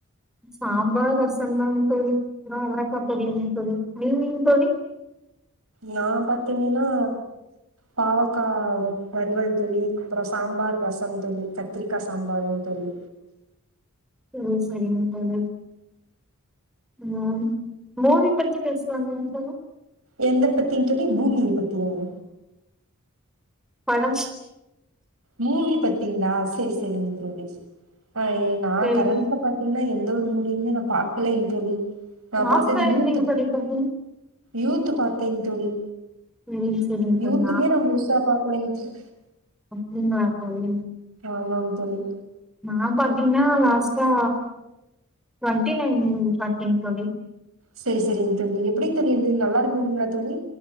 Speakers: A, in the centre; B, on the right.
A: சாம்பார் ரசம்தாங்க தோழி இது அவரக்கா பொரியல் தோழி நீங்கங்க தோழி
B: நா பாத்தீங்கன்னா பாவக்கா வறுவல் தோழி அப்பறோ சாம்பார் ரசம் தோழி கத்திரிக்கா சாம்பருங்க தோழி
A: ம் சரிங்க தோழி ம் மூவி பத்தி பேசுவாங்கலா தோழா
B: எந்த பத்தி தோழி பூமிய பத்தியாவா
A: படம்
B: மூவி பத்தீங்களா செரி செரிங்க தோழி ஆ நா
A: சரிங்க
B: கரண்ட்ல பாத்தீங்கன்னா எந்த ஒரு மூவியுமே நா பாக்கலைங்க தோழி நா
A: லாஸ்டா
B: பாத்தது யூத்து
A: நீங்க தோழி பாத்தீங்க
B: யூத்து பாத்தேங்க தோழி
A: சரிங்க சரிங்க
B: யூத்துமே
A: தோழி
B: நா முழுசா பாக்கலைங்க தோழி
A: அப்டிங்கலா தோழி
B: ஆமாங்க தோழி
A: நா பாத்தீங்கன்னா லாஸ்ட்டா ட்வெண்ட்டி நைன் பாத்தேங்க தோழி
B: செரி செரிங்க தோழி எப்டிங்க தோழி இருந்தது நல்லா இருந்ததுங்களா தோழி